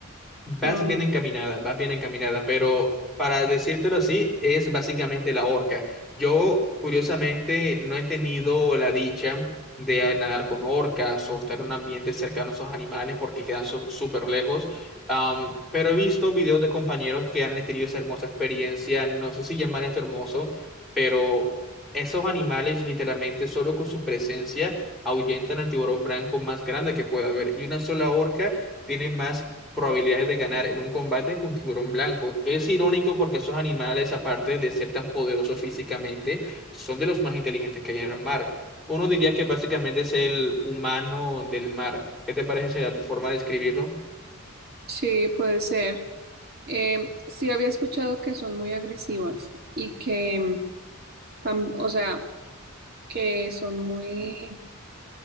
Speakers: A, in the centre; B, on the right.
A: Vas
B: No, no.
A: bien encaminada, vas bien encaminada, pero para decírtelo así, es básicamente la orca. Yo, curiosamente, no he tenido la dicha de nadar con orcas o estar en un ambiente cercano a esos animales porque quedan su- súper lejos. Am, pero he visto videos de compañeros que han tenido esa hermosa experiencia. No sé si llamar esto hermoso, pero esos animales, literalmente, solo con su presencia, ahuyentan al tiburón blanco más grande que pueda haber. Y una sola orca tiene más probabilidades de ganar en un combate que un tiburón blanco. Es irónico porque esos animales, aparte de ser tan poderosos físicamente, son de los más inteligentes que hay en el mar. Uno diría que básicamente es el humano del mar. ¿Qué te parece esa forma de describirlo?
B: Sí, puede ser. Em, sí, había escuchado que son muy agresivas y que, em, tam- o sea, que son muy,